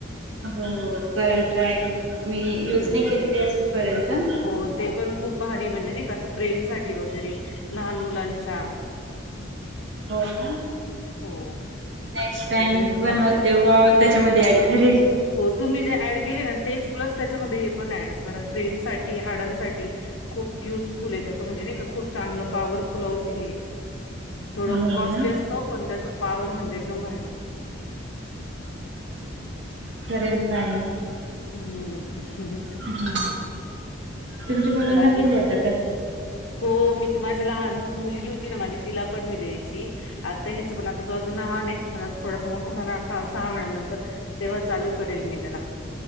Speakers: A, on the right (about 65°); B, on the left (about 80°).
A: हो करल ट्राय करेल मी युज
B: हम्म
A: नाही केलेली अजुन पर्यंत
B: हो ते पण खुप भारी म्हणजे नाही अस ब्रेन साठी वगैरे लहान मुलांच्या
A: हो ना
B: हो
A: नेक्स्ट टाइम
B: त्याच्याने
A: बनवाल तेव्हा त्याच्यामध्ये ऍड करेल
B: हो तुम्ही जे ऍड केले ना तेच प्लस त्याच्यामध्ये हे पण ऍड करा ब्रेनसाठी हाडांसाठी खुप युजफुल आहे त्याच म्हणजे नाही का खुप चांगल पॉवरफुल हे ते थोड
A: हो
B: कॉस्टली
A: ना
B: असत पण त्याच पॉवर म्हणजे एकदम भारी
A: करेल‌ ट्राय मी
B: हम
A: हं तुमच्या मुलांना
B: बाकी
A: पण देता का ते
B: हो मी माझी लहान मुलगी होती ना माझी तिला पण मी द्यायची आता हेच पण आता तो अजुन लहान आहे पण थोडासा मोठा झाला का सहा महिन्यानंतर तेव्हा चालु करेल मी त्याला